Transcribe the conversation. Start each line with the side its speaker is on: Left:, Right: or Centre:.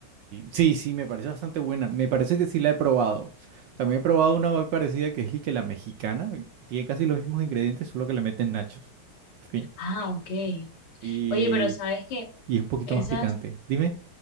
Right: Sí, sí, me parece bastante buena. Me parece que sí la he probado. También he probado una muy parecida que es y que la mexicana. Tiene casi los mismos ingredientes, solo que le meten nachos. Fin.
Left: Ah, ok.
Right: Y,
Left: Oye, pero sabes que
Right: y es un poquito
Left: esas,
Right: más picante. Dime,